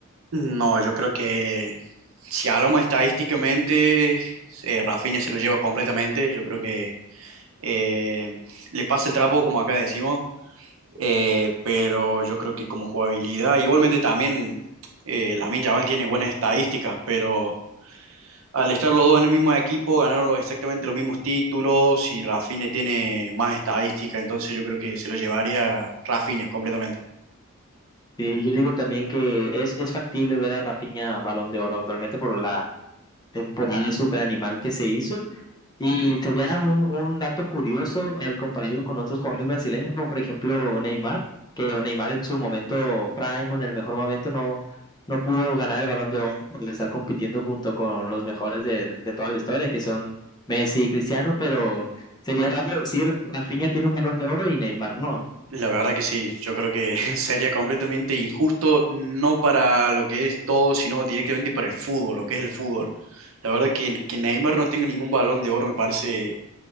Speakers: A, on the right; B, on the left.
A: No, yo creo que si hablamos estadísticamente, eh, Rafinha se lo lleva completamente. Yo creo que eh, le pasa el trapo, como acá decimos, eh, pero yo creo que como jugabilidad, igualmente también eh, Lamine Yamal tiene buenas estadísticas, pero al estar los dos en el mismo equipo, ganaron los- exactamente los mismos títulos y Rafinha tiene más estadística, entonces yo creo que se lo llevaría Rafinha completamente.
B: Sí, yo digo también que es, es factible ver a Rafinha Balón de Oro actualmente por la temporada super animal que se hizo. Y sería un, un dato curioso al compararlo con otros jugadores brasileños, como por ejemplo Neymar, que Neymar en su momento prime, o en el mejor momento, no, no pudo ganar el Balón de Oro por estar compitiendo junto con los mejores de, de toda la historia, que son Messi y Cristiano, pero sería raro decir Rafinha tiene un Balón de Oro y Neymar no.
A: La verdad que sí, yo creo que <laughs> sería completamente injusto, no para lo que es todo, sino directamente para el fútbol, lo que es el fútbol. La verdad que que Neymar no tenga ningún balón de oro me parece